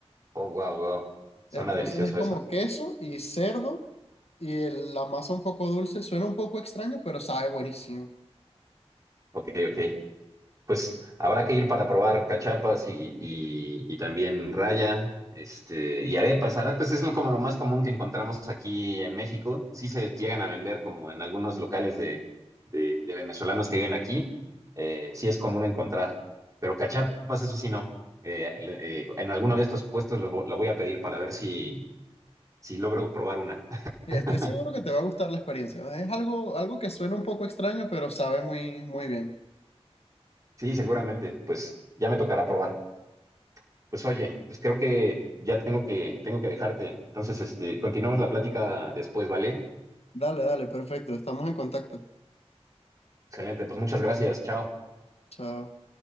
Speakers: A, on the right; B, on the left.
A: Oh, wow, wow. Suena
B: Entonces
A: delicioso
B: es como
A: eso.
B: queso y cerdo y el- la masa un poco dulce. Suena un poco extraño, pero sabe buenísimo.
A: Ok, ok. Pues habrá que ir para probar cachapas y, y- y también raya, este, y arepas. Arepas es lo- como lo más común que encontramos aquí en México. Sí se llegan a vender como en algunos locales de, de- de venezolanos que viven aquí. Eh, sí es común encontrar, pero cachapas eso sí no. Eh, le- eh, en alguno de estos puestos lo, vo- lo voy a pedir para ver si, si logro probar una.
B: Sí,
A: <laughs>
B: Estoy seguro que te va a gustar la experiencia. Es algo, algo que suena un poco extraño, pero sabe muy, muy bien.
A: Sí, seguramente, pues ya me tocará probar. Pues oye, pues creo que ya tengo que, tengo que dejarte. Entonces, este, continuamos la plática después, ¿vale?
B: Dale, dale, perfecto. Estamos en contacto.
A: Excelente, pues muchas gracias, chao.
B: Chao.